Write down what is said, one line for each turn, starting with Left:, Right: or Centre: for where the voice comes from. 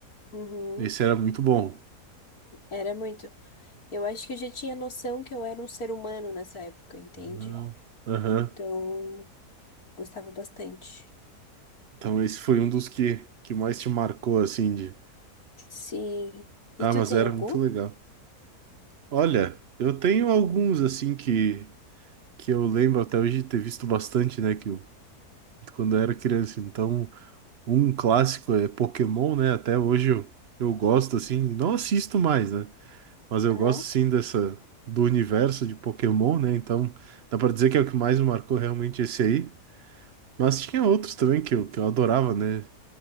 Left: Uhum.
Right: esse era muito bom.
Left: Era muito. Eu acho que eu já tinha noção que eu era um ser humano nessa época, entende?
Right: Ah, Aham.
Left: Então, gostava bastante.
Right: Então esse foi um dos que, que mais te marcou, assim, de...
Left: Sim. E
Right: Ah,
Left: tu
Right: mas
Left: tem
Right: era
Left: algum?
Right: muito legal. Olha, eu tenho alguns, assim, que que eu lembro até hoje de ter visto bastante, né? Que eu- quando eu era criança. Então, um clássico é Pokémon, né? Até hoje eu, eu gosto, assim, não assisto mais, né? Mas eu
Left: Aham.
Right: gosto, sim, dessa, do universo de Pokémon, né? Então, dá pra dizer que é o que mais me marcou realmente esse aí. Mas tinha outros também que eu, que eu adorava, né?